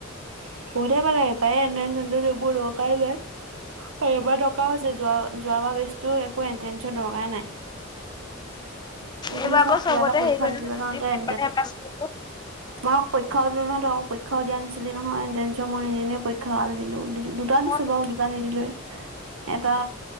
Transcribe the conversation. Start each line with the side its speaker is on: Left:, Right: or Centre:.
Right: উম, বহুতে পালে পায় এণ্ট্ৰেন্স চেন্ত্ৰেন্স এইবোৰৰ দৰকাৰে নাই। আৰু এইবাৰ দৰকাৰ হৈছে যোৱাবাৰ বেটচটো এণ্ট্ৰেন্সৰ দৰকাৰে নাই। আজিকালি
Left: এইবাৰ আকৌ
Right: চব
Left: চবতে
Right: কিবা এটা পৰীক্ষা
Left: হেৰি কৰিলে
Right: দিবলৈ যাতে
Left: পেপাৰ
Right: এ
Left: হে পাছ কৰিলে।
Right: মই পৰক্ষা অনত ধক পক্ষাও দিয়াছিলি নহয় এণ্টেঞ্চৰ মই এনেই পৰীক্ষা আল দিলো দুটা
Left: মই
Right: দিছো বাৰু দুটা নিদিলোৱে। এটা